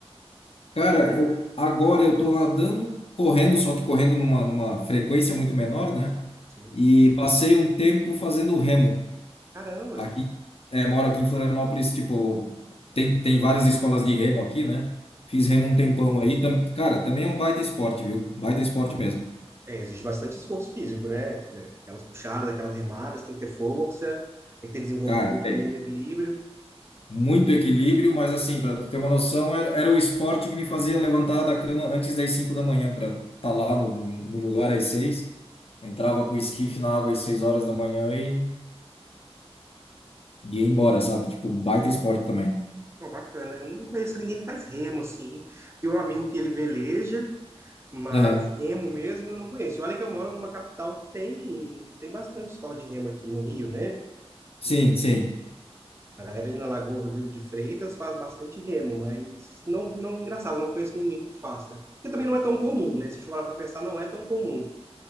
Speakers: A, on the left; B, on the right.
A: Cara, eu agora eu tô nadando, correndo, só que correndo numa, numa frequência muito menor, né?
B: Sim.
A: E passei um tempo fazendo remo.
B: Caramba!
A: Aqui, é, moro aqui em Florianópolis, tipo, tem, tem várias escolas de remo aqui, né? Fiz remo um tempão aí. tam- cara, também é um baita esporte, viu? Baita esporte mesmo.
B: É, exige bastante esforço físico, né? Aquelas puxadas, aquelas remadas, tem que ter força, tem que ter desenvoltura
A: Cara, tem.
B: também no equilíbrio.
A: muito equilíbrio, mas assim, para tu ter uma noção, era, era o esporte que me fazia levantar da cama antes das 5 da manhã para estar tá lá no, no lugar às seis Entrava com o esquife na água às 6 horas da manhã e, e ia embora, sabe? Tipo, um baita esporte também.
B: Pô, bacana. Eu não conheço ninguém que faz remo, assim. Tem um amigo que ele veleja, mas
A: Aham.
B: remo mesmo eu não conheço. E Olha que eu moro numa capital que tem, tem bastante escola de remo aqui no Rio, né?
A: Sim, sim.
B: A galera ali na Lagoa Rodrigo de Freitas faz bastante remo, mas não, não, engraçado, eu não conheço ninguém que faça. Porque também não é tão comum, né? Se a gente for parar pra pensar, não é tão comum.